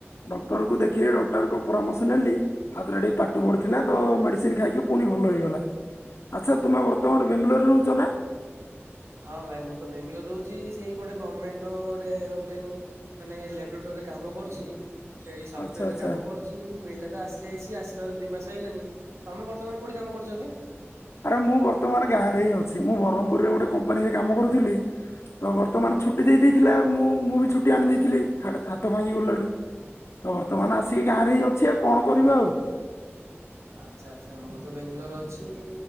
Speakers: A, on the left (about 65°); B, on the right (about 80°).
A: ଡକ୍ଟର କୁ ଦେଖିଇ ଡକ୍ଟରଙ୍କ ପରାମର୍ଶ ନେଲି। ହାତଟା ଟିକେ ପାଟୁ ପଡିଥିଲା ତ ମେଡିସିନ ଖାଇକି ପୁଣି ଭଲ ହେଇଗଲା। ଆଚ୍ଛା ତୁମେ ବର୍ତ୍ତମାନ ବେଙ୍ଗଲୋରରେ ରହୁଚ ନା?
B: ହଁ ଭାଇ ମୁଁ ତ ବେଙ୍ଗଲୋର ରହୁଚି ସେଇ ଗୋଟେ ଗମେଣ୍ଟ ର ଗୋଟେ ଏରୋପ୍ଲେନ ମାନେ ଲେବୋରେଟୋରୀରେ କାମ କରୁଚି ସେଇ ସଫଟୱରେ
A: ଆଚ୍ଛା ଆଚ୍ଛା
B: କାମ କରୁଚି ମିଳିଲା ତ ଆସି ଯାଇଚି ଆସିବାର ଦୁଇ ମାସ ହେଇଲାନି। ତମେ ବର୍ତ୍ତମାନ କୋଉଠି କାମ କରୁଚ ଏବେ?
A: ଆରେ ମୁଁ ବର୍ତ୍ତମାନ ଗାଁରେ ହିଁ ଅଛି ମୁଁ ବ୍ରହ୍ମପୁରରେ ଗୋଟେ କମ୍ପାନୀରେ କାମ କରୁଥିଲି। ତ ବର୍ତ୍ତମାନ ଛୁଟି ଦେଇ ଦେଇଥିଲା ମୁଁ ମୁଁ ବି ଛୁଟି ଆଣି ଦେଇଥିଲି ହାତ ଭାଙ୍ଗି ଗଲାଠୁ। ତ ବର୍ତ୍ତମାନ ଆସିକି ଗାଁରେ ହିଁ ଅଛି ଆଉ କଣ କରିବା ଆଉ।
B: ଆଚ୍ଛା ଆଚ୍ଛା ମୁଁ ତ ଵେଙ୍ଗଲୋରରେ ଅଛି।